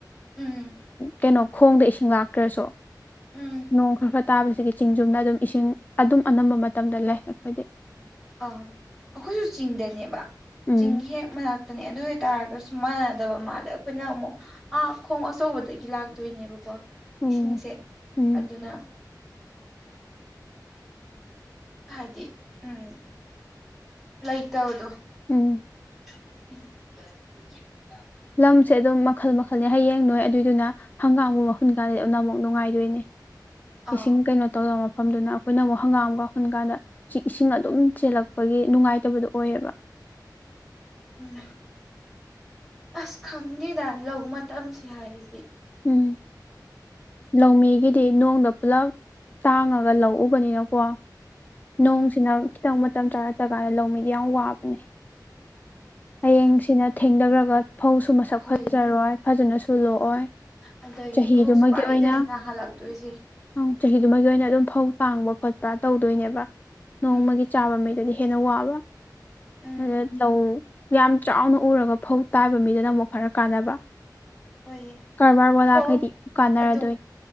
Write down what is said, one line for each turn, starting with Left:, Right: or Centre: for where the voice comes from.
Centre: ꯎꯝ
Left: ꯀꯩꯅꯣ ꯈꯣꯡꯗ ꯏꯁꯤꯡ ꯂꯥꯛꯇ꯭ꯔꯁꯨ
Centre: ꯎꯝ
Left: ꯅꯣꯡ ꯈꯔ ꯈꯔ ꯇꯥꯕꯁꯤꯒꯤ ꯆꯤꯡꯖꯨꯝꯅ ꯑꯗꯨꯝ ꯏꯁꯤꯡ ꯑꯗꯨꯝ ꯑꯅꯝꯕ ꯃꯇꯝꯗ ꯂꯩ ꯑꯩꯈꯣꯏꯗꯤ
Centre: ꯑꯥ ꯑꯩꯈꯣꯏꯁꯨ ꯆꯤꯡꯗꯅꯦꯕ
Left: ꯎꯝ
Centre: ꯆꯤꯡ ꯍꯦꯛ ꯃꯅꯥ ꯅꯦ ꯑꯗꯨ ꯑꯣꯏꯇꯥꯔꯒꯁꯨ ꯃꯥꯟꯅꯗꯕ ꯃꯥꯜꯂꯦ ꯑꯩꯈꯣꯏꯅ ꯑꯃꯨꯛ ꯑꯥ ꯈꯣꯡ ꯑꯆꯧꯕꯗꯒꯤ ꯂꯥꯛꯇꯣꯏꯅꯦꯕꯀꯣ
Left: ꯎꯝ
Centre: ꯏꯁꯤꯡꯁꯦ
Left: ꯎꯝ
Centre: ꯑꯗꯨꯅ ꯍꯥꯏꯗꯤ ꯎꯝ ꯂꯩꯣꯏꯇꯕꯗꯣ
Left: ꯎꯝ
Centre: <unintelligible>
Left: ꯂꯝꯁꯦ ꯑꯗꯨꯝ ꯃꯈꯜ ꯃꯈꯜꯅꯤ ꯍꯌꯦꯡ ꯅꯣꯏ ꯑꯗꯨꯏꯗꯨꯅ ꯍꯪꯒꯥꯝꯕꯨ ꯃꯈꯨꯟ ꯀꯥꯟꯗ ꯑꯗꯨꯅꯃꯨꯛ ꯅꯨꯡꯉꯥꯏꯗꯣꯏꯅꯦ
Centre: ꯑꯥ
Left: ꯏꯁꯤꯡ ꯀꯩꯅꯣ ꯇꯧꯗꯕ ꯃꯐꯝꯗꯨꯅ ꯑꯩꯈꯣꯏꯅ ꯑꯃꯨꯛ ꯍꯪꯒꯥꯝ ꯀꯥꯎꯈꯨꯟ ꯀꯥꯟꯗ ꯏꯁꯤꯡ ꯑꯗꯨꯝ ꯆꯦꯜꯂꯛꯄꯒꯤ ꯅꯨꯡꯉꯥꯏꯇꯕꯗꯣ ꯑꯣꯏꯑꯕ <unintelligible>
Centre: ꯎꯝ ꯑꯁ ꯈꯪꯉꯦꯗ ꯂ ꯃꯇꯝꯁꯦ ꯍꯥꯏꯔꯗꯤ
Left: ꯎꯝ ꯂꯧꯃꯤꯒꯤꯗꯤ ꯅꯣꯡꯗ ꯄꯨꯂꯞ ꯇꯥꯡꯉꯒ ꯂꯧ ꯎꯕꯅꯤꯅꯀꯣ
Centre: ꯎꯝ
Left: ꯅꯣꯡꯁꯤꯅ ꯈꯤꯇꯪ ꯃꯇꯝ ꯆꯥꯔꯛꯇ ꯀꯥꯟꯗ ꯂꯧꯃꯤꯗꯤ ꯌꯥꯝ ꯋꯥꯕꯅꯦ ꯍꯌꯦꯡꯁꯤꯅ
Centre: ꯎꯝ
Left: ꯊꯦꯡꯊꯈ꯭ꯔꯒ ꯐꯧꯁꯨ ꯃꯁꯛ
Centre: ꯍꯣꯏ
Left: ꯐꯖꯔꯣꯏ ꯐꯖꯅꯁꯨ
Centre: ꯑꯥ
Left: ꯂꯣꯛꯑꯣꯏ
Centre: ꯑꯗꯒꯤ
Left: ꯆꯍꯤꯗꯨꯃꯒꯤ
Centre: ꯐꯧꯁꯨ ꯕꯥꯔꯤꯗꯅꯤꯅ
Left: ꯑꯣꯏꯅ
Centre: ꯍꯜꯂꯛꯇꯣꯏꯁꯦ
Left: ꯎꯪ ꯆꯍꯤꯗꯨꯃ ꯑꯣꯏꯅ ꯑꯗꯨꯝ ꯐꯧ ꯇꯥꯡꯕ ꯈꯣꯠꯄ ꯇꯧꯗꯣꯏꯅꯦꯕ ꯅꯣꯡꯃꯒꯤ
Centre: ꯎꯝ
Left: ꯆꯥꯕꯉꯩꯗꯗꯤ ꯍꯦꯟꯅ ꯋꯥꯕ
Centre: ꯎꯝ
Left: ꯑꯗ ꯂꯧ ꯌꯥꯝ ꯆꯥꯎꯅ ꯎꯔꯒ ꯐꯧ ꯇꯥꯏꯕ ꯃꯤꯗꯅ ꯑꯃꯨꯛ ꯈꯔ ꯀꯥꯟꯅꯕ
Centre: ꯑꯣꯏ
Left: ꯀꯔꯕꯥꯔ ꯋꯥꯂꯥꯈꯩꯗꯤ
Centre: ꯍꯣꯏ
Left: ꯀꯥꯟꯅꯔꯗꯣꯏꯅꯤ
Centre: ꯑꯗꯨ